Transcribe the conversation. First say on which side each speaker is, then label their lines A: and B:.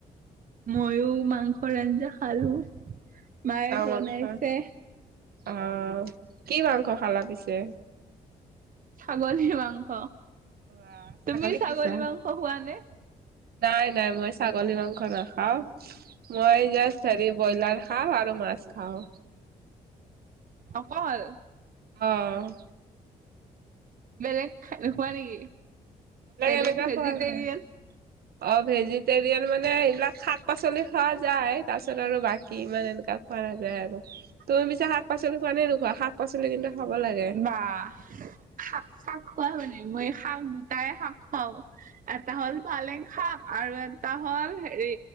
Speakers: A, on the right; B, on the right.
A: মইয়ো মাংসৰ আঞ্জা খালো। মায়ে
B: <unintelligible>
A: বনাইছে।
B: মাংসৰ, আহ কি মাংস খালা পিছে?
A: ছাগলী মাংস।
B: বাহ,
A: তুমি ছাগলী
B: খাইছা?
A: মাংস খোৱা নে?
B: নাই, নাই মই ছাগলী মাংস নাখাওঁ। মই জাষ্ট হেৰি ব্ৰইলা খাওঁ আৰু মাছ খাওঁ।
A: অকল।
B: অ'।
A: বেলেগ খা নোখোৱা নেকি, বেলেগ
B: এনেকা
A: ভেজিটেৰিয়ান।
B: খোৱা হয় অ', ভেজিটেৰিয়ান মানে, এইবিলাক শাক-পাচলি খোৱা যায়, তাৰপিছত আৰু বাকী ইমান এনেকা খোৱা নাযায় আৰু, তুমি পিছে শাক-পাচলি খোৱা নে নোখোৱা, শাক-পাচলি কিন্তু খাব লাগে।
A: বা শাক-চাক খোৱা মানে, মই শাক দুটাই শাক খাওঁ। এটা হ'ল
B: অ
A: পালেং শাক, আৰু এটা হ'ল হেৰি